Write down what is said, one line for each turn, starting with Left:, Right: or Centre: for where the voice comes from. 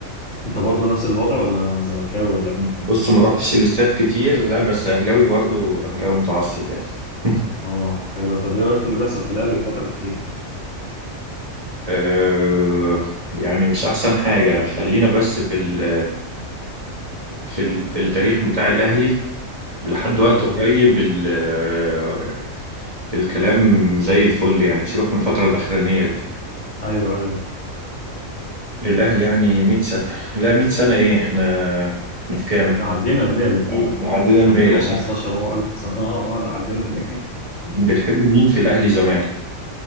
Left: انت برضو نفس الوضع ولا زملكاوي ولا ايه
Right: بص ما روحتش الاستاد كتير لا بس اهلاوي برضو اهلاوي متعصب يعني <laughs>
Left: اه حلو طب ايه رايك في اللي بيحصل في الاهلي الفتره الاخيره
Right: أه يعني مش احسن حاجة خلينا بس في ال في ال في التاريخ بتاع الاهلي ولحد وقت
Left: اه
Right: قريب ال- آه، الكلام زي الفل يعني سيبك من الفترة الأخرانية دي
Left: ايوه ايوه
Right: الأهلي يعني 100 سنة لا 100 سنة إيه إحنا إحنا في كام
Left: كده
Right: إحنا
Left: عدينا ال 100 بكتير
Right: آه، احنا عدينا المية
Left: احنا 2015
Right: صح
Left: هو 1000 اه اه لا عدينا ال 100
Right: بتحب مين في الاهلي زمان